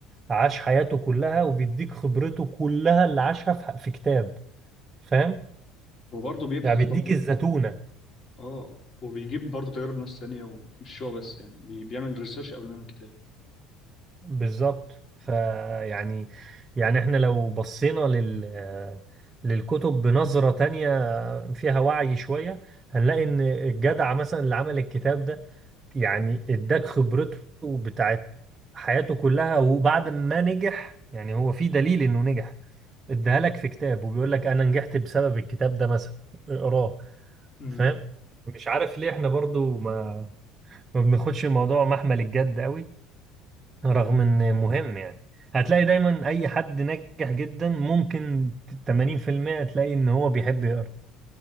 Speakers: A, on the right; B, on the left.
A: عاش حياته كلها وبيديك خبرته كلها اللي عاشها في في كتاب فاهم
B: وبرضه بيبحث
A: يعني بيديك
B: برضه
A: الزتونة
B: يعني اه وبيجيب برضه تجارب ناس تانية ومش هو بس يعني بي... بيعمل ريسيرش قبل ما يعمل كتاب
A: بالظبط فيعني يعني يعني احنا لو بصينا لل للكتب بنظرة تانية فيها وعي شوية هنلاقي إن الجدع مثلا اللي عمل الكتاب ده يعني اداك خبرته بتاعت حياته كلها وبعد ما نجح يعني هو في دليل إنه نجح اداها لك في كتاب وبيقول لك أنا نجحت بسبب الكتاب ده مثلا اقراه
B: امم
A: فاهم مش عارف ليه احنا برضو ما ما بناخدش الموضوع محمل الجد قوي رغم
B: امم
A: إن مهم يعني هتلاقي دايما أي حد ناجح جدا ممكن 80% تلاقي إن هو بيحب يقرأ